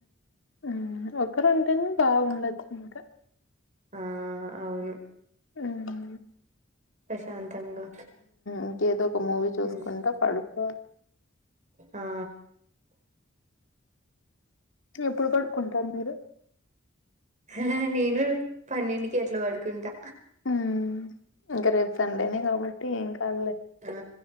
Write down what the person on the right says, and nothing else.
ఆ అవును
ప్రశాంతంగా
ఉహ్
ఆ
హా హా నేను పన్నెండికి అట్లా పడుకుంటా
ఆ